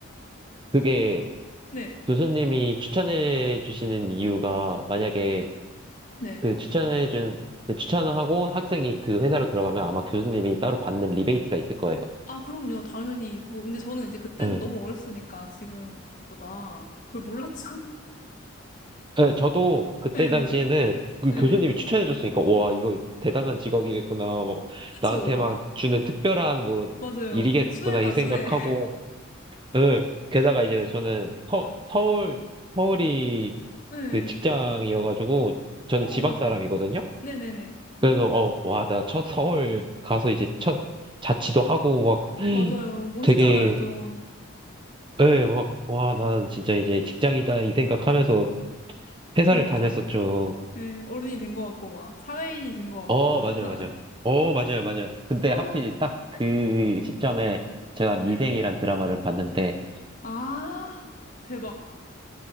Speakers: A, on the right; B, on the left.
A: 그게
B: 네,
A: 교수님이 추천해 주시는 이유가 만약에
B: 네.
A: 그 추천해 준, 그 추천을 하고 학생이 그 회사로 들어가면 아마 교수님이 따로 받는 리베이트가 있을 거예요.
B: 아, 그럼요. 당연히 그거. 근데 저는 이제 그때는
A: 네.
B: 너무 어렸으니까 지금보다 그걸 몰랐죠. <laughs>
A: 네, 저도 그때
B: 네,
A: 당시에는 그
B: 네.
A: 교수님이 추천해 줬으니까 와, 이거 대단한 직업이겠구나. 뭐
B: 그쵸.
A: 나한테만 주는 특별한 뭐
B: 맞아요.
A: 일이겠구나
B: 수혜다,
A: 이 생각하고
B: 수혜.
A: 네. 게다가 이제 저는 서, 서울 서울이
B: 네.
A: 그 직장이어가지고 저는
B: 오,
A: 지방 사람이거든요.
B: 네네네.
A: 그래서 어, 와, 나 첫 서울 가서 이제 첫 자취도 하고 막 <gasps>
B: 맞아요. 멋있잖아요,
A: 되게
B: 좀.
A: 예, 막 와, 난 진짜 이제 직장이다 이 생각하면서 회사를
B: 그니까요.
A: 다녔었죠.
B: 네, 어른이 된 것 같고, 막, 사회인이 된 것 같고,
A: 어,
B: 어엿한.
A: 맞아요, 맞아요. 어, 맞아요,
B: 음.
A: 맞아요. 근데
B: 아,
A: 하필 딱 그 시점에 제가 미생이란
B: 네.
A: 드라마를 봤는데
B: 아, 대박.